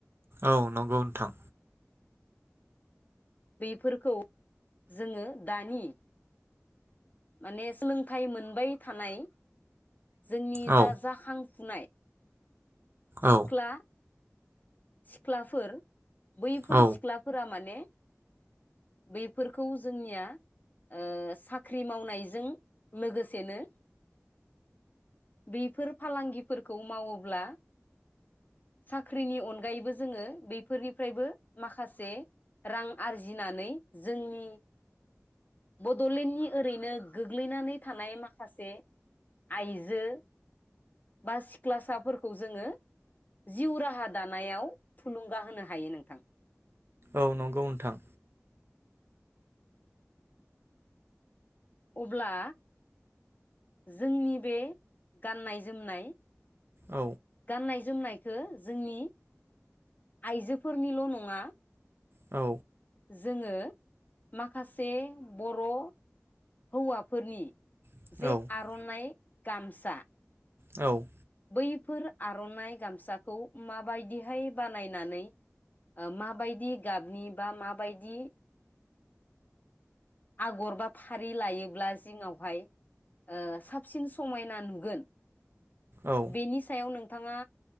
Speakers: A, on the right (about 50°); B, on the left (about 35°).
A: औ नंगौ नोंथां
B: बेफोरखौ जोङो दानि माने सोलोंथाइ मोनबाय थानाय जोंनि
A: औ
B: जा जाखांफुनाय सिख्ला
A: औ
B: सिख्लाफोर बैफोर
A: औ
B: सिख्लाफोरा माने बेैफोरखौ जोंनिया ओ साख्रि मावनायजों लोगोसेनो बैफोर फालांगिफोरखौ मावोब्ला साख्रिनि अन अनगायैबो जोङो बेफोरनिफ्रायबो माखासे रां आरजिनानै जोंनि बड'लेण्डनि ओरैनो गोग्लैनानै थानाय माखासे आइजो बा सिख्लासाफोरखौ जोङो जिउ राहा दानो याव थुलुंगा होनो हायो नोंथां
A: औ नंगौ नोंथां
B: अब्ला जोंनि बे गाननाय जोमनाय
A: औ
B: गाननाय जोमनायखौ जोंनि आइजोफोरनिल' नङा
A: औ
B: जोङो माखासे बर' हौवाफोरनि
A: औ
B: जे आर'नाइ गामसा
A: औ
B: बैफोर आर'नाइ गामसाखौ माबायदिहाय बानायनानै ओ माबायदि गाबनि बा माबायदि आगर बा फारि लायोब्ला जिङावहाय ओ साबसिन समायना नुगोन
A: औ
B: बेनि सायाव नों नोंथाङा